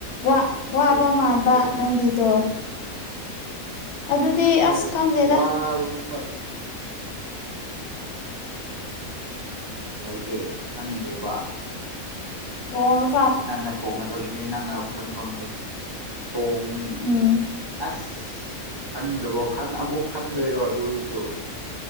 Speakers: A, on the left (about 80°); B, on the right (about 45°).
A: ꯋꯥ ꯋꯥꯕꯃꯗ
B: ꯀꯩ ꯃꯊꯦꯜ ꯑꯣꯏꯗꯣꯏꯅꯣ
A: ꯅꯪꯒꯗꯨ ꯑꯗꯨꯗꯤ
B: ꯍꯣꯏ
A: ꯑꯁ ꯈꯪꯗꯦꯗ
B: ꯋꯥꯕꯒꯨꯝꯕ ꯀꯩꯒꯤꯦ ꯈꯪꯗ꯭ꯦꯔꯤꯕ
A: ꯍ
B: ꯅꯪꯅ ꯊꯣꯡꯒꯗꯕꯅꯦ ꯅꯪꯅ ꯈꯪꯐꯝꯗꯨ ꯑꯗꯨꯝ ꯊꯣꯡꯉ
A: ꯎꯝ
B: ꯑꯁ ꯑ ꯈꯪꯗ꯭ꯔꯕꯣ ꯑꯃꯨꯛ ꯈꯟꯗꯣꯏꯔꯣ ꯑꯗꯨꯁꯨ